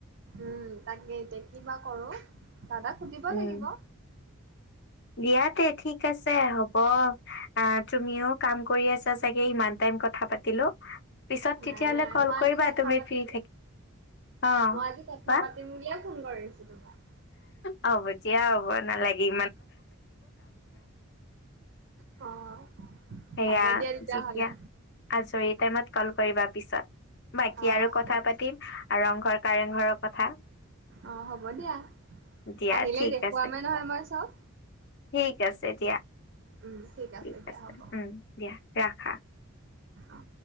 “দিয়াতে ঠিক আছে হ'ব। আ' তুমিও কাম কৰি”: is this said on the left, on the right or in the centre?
Left